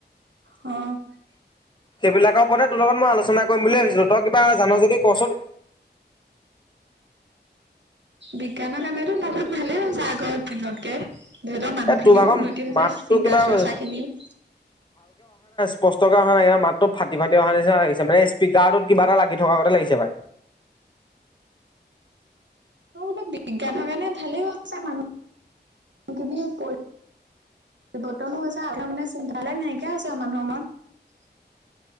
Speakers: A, on the right; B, on the left.
A: অ'
B: সেইবিলাকৰ ওপতে তোৰ লগত মই আলোচনা কৰিম বুলি ভাবি তই কিবা জান যদি কচোন
A: বিজ্ঞানৰ কাৰণতো বহুত ভালে হৈছে আগৰ দিনতকে, যিহতৰ মানুহখিনিও
B: এ তোৰ ভাগৰ
A: উন্নতি হৈ
B: মাতটো
A: যায় চিন্তা
B: কিবা
A: চৰ্চা খিনিও
B: স্পষ্ট কৰা হা নাগি মাতটো ফাটি ফাটি অহা নিচি লাগিছে মানে স্পীকাৰটোত কিবা এটা লাগি থকাগতে লাগিছে পাই <inaudible>
A: মই বোলো বিজ্ঞানৰ কাৰণে ভালেই হৈছে মানুহখিনি <unintelligible> বতনো হৈছে আপোনাৰ মানে চিন্তাব নাইকিয়া হৈছে মানুহৰ মূৰত।